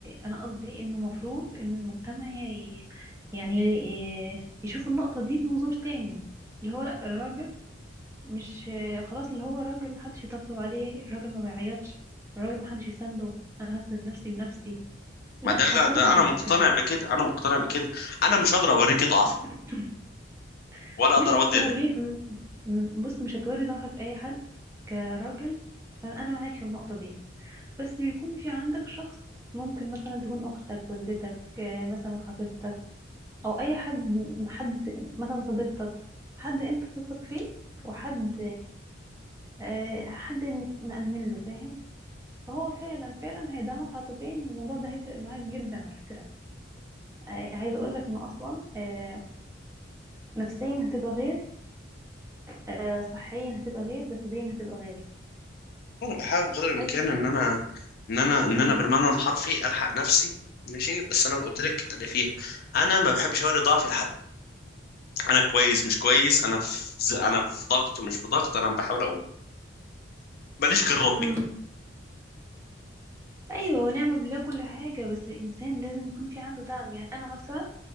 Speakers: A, on the right (about 15°); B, on the left (about 55°).
A: انا قصدي انه المفروض ان المجتمع ي- يعني ي- يشوف النقطة دي بمنظور تاني اللي هو لا الراجل مش خلاص اللي هو راجل محدش يطبطب عليه الراجل ما بيعيطش الراجل محدش يسنده انا هسند نفسي بنفسي لا
B: ما ده اللي-
A: خالص
B: ده انا
A: على
B: مقتنع
A: فكرة
B: بكده انا مقتنع بكده انا مش هقدر اوريكي ضعف
A: <clears throat>
B: ولا
A: مش
B: اقدر
A: توري
B: اودي
A: م- م- بص مش هتوري ضعفك اي حد كراجل فانا معاك في النقطة دي بس بيكون في عندك شخص ممكن مثلا تكون اختك والدتك آه، مثلا خطيبتك او اي حد حد مثلا صديقتك حد انت بتثق فيه وحد آه، حد مأمن له فاهم فهو فعلا فعلا هيدعمك عاطفيا والموضوع ده هيفرق معاك جدا على فكرة آه، عايزة اقول لك ان اصلا آه، نفسيا هتبقى غير آه، صحيا هتبقى غير جسديا هتبقى غير
B: انا بحاول بقدر الامكان
A: عايز
B: ان انا ان انا ان
A: مم.
B: انا بالمعنى الحرفي الحق نفسي ماشي بس انا قلت لك اللي فيها انا ما بحبش اوري ضعفي لحد انا كويس مش كويس انا في انا في ضغط مش في ضغط انا بحاول اقوم ماليش غير ربي
A: امم ايوه ونعم بالله كل حاجة بس الانسان لازم يكون في عنده دعم يعني انا مثلا